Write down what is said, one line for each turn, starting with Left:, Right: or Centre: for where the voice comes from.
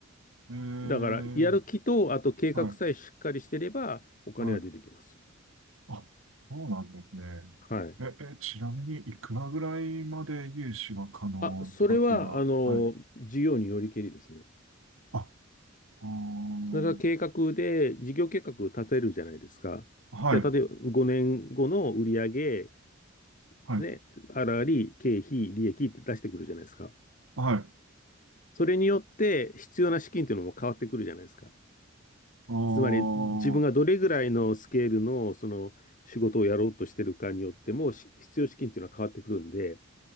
Right: えー、
Left: だから、やる気と、あと計画さえしっかりしてれば、
Right: はい、
Left: お金は出てきます。
Right: はい。あ、そうなんですね。
Left: はい。
Right: え、え、ちなみに、いくらぐらいまで融資が可能とかっていうのは、
Left: あ、それは、あの、
Right: はい。
Left: 事業によりけりですね。
Right: あ、あー、
Left: だから計画で、事業計画立てるじゃないですか。
Right: はい、
Left: で、例えば5年後の売上、
Right: はい、
Left: ね、あらり、経費、利益って出してくるじゃないですか。
Right: はい。
Left: それによって必要な資金っていうのも変わってくるじゃないですか。
Right: あー、
Left: つまり自分がどれぐらいのスケールのその仕事をやろうとしてるかによってもし必要資金っていうのは変わってくるんで、